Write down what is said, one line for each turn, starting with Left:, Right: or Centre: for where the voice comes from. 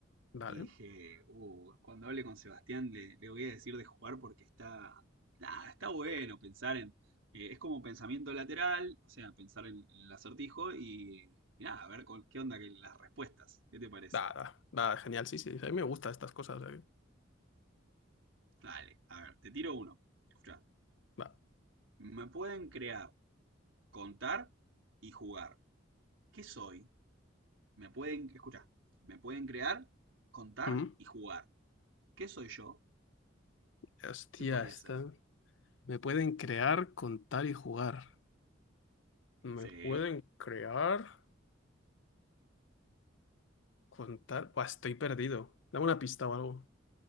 Left: Dale,
Right: y dije, uh, cuando hable con Sebastián le, le voy a decir de jugar porque está, nada, está bueno pensar en, eh, es como pensamiento lateral, o sea, pensar en, en el acertijo y, y nada, a ver con, qué onda que las respuestas. ¿Qué te parece?
Left: da, da, da, genial, sí, sí, sí, a mí me gustan estas cosas. eh.
Right: Dale, a ver, te tiro uno. Escuchá,
Left: Va.
Right: me pueden crear, contar y jugar. ¿Qué soy? Me pueden, escuchá, me pueden crear, contar
Left: Ujú.
Right: y jugar. ¿Qué soy yo?
Left: Hostia,
Right: ¿Qué podría
Left: esta.
Right: ser?
Left: Me pueden crear, contar y jugar. Me
Right: Sí.
Left: pueden crear, contar. Buah, estoy perdido. Dame una pista o algo.